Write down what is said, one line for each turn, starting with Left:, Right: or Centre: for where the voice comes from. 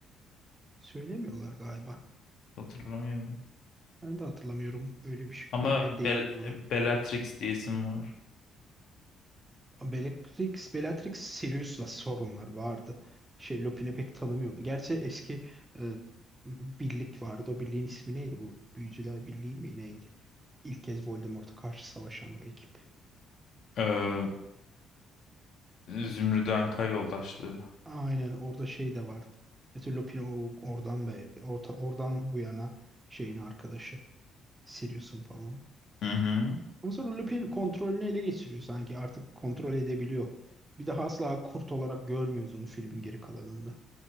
Right: Söylemiyorlar galiba.
Left: Hatırlamıyorum.
Right: Ben de hatırlamıyorum. Öyle bir şey,
Left: Ama
Right: konuya değmiyorlar.
Left: Bel Bellatrix diye isim var.
Right: Bellatrix, Bellatrix Sirius'la sorunlar vardı. Şey Lupin'i pek tanımıyordu. Gerçi eski e, birlik vardı. O birliğin ismi neydi? Bu Büyücüler Birliği mi neydi? İlk kez Voldemort'a karşı savaşan o ekip.
Left: Ee, Zümrüt Anka yoldaşlığı.
Right: Aynen orada şey de vardı. Mesela Lupin o oradan be orta, oradan bu yana şeyin arkadaşı. Sirius'un falan.
Left: Hı hı.
Right: Ondan sonra Lupin kontrolünü ele geçiriyor sanki. Artık kontrol edebiliyor. Bir daha asla kurt olarak görmüyoruz onu filmin geri kalanında.